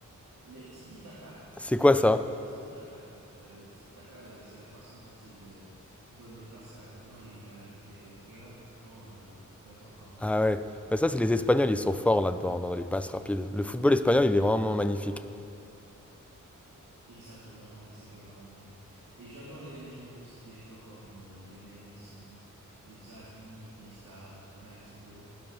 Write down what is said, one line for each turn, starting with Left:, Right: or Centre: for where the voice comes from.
Right: Les tiki-taka.
Centre: C'est quoi ça?
Right: Euh, tiki-taka, euh, le tiki-taka, euh, c'est la façon dont il euh, donne les passes rapidement et il arrive euh, très rapidement euh, dans ton camp.
Centre: Ah ouais, Bah ça c'est les Espagnols, ils sont forts là-dedans, dans les passes rapides. Le football espagnol, il est vraiment magnifique.
Right: Exactement, et c'est vraiment magnifique. Et j'adore les légendes aussi des joueurs comme euh, Lionel Messi, Xavi, Iniesta, Ronaldinho.